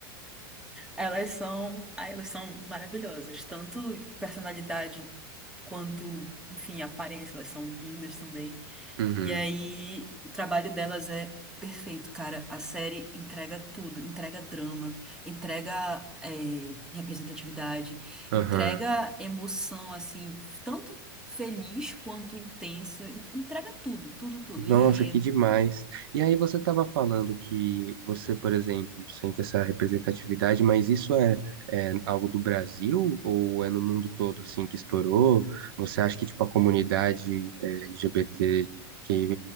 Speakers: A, in the centre; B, on the right (about 70°).
A: Elas são, ah, elas são maravilhosas, tanto personalidade quanto, enfim, aparência, elas são lindas também.
B: Uhum.
A: E aí, o trabalho delas é perfeito, cara. A série entrega tudo, entrega drama, entrega eh, representatividade,
B: Aham.
A: entrega emoção, assim, tanto feliz quanto intensa, entrega tudo, tudo, tudo,
B: Nossa,
A: enredo.
B: que demais. E aí você estava falando que você, por exemplo, sente essa representatividade, mas isso é, é algo do Brasil ou é no mundo todo assim que estourou? Você acha que tipo a comunidade é, LGBT que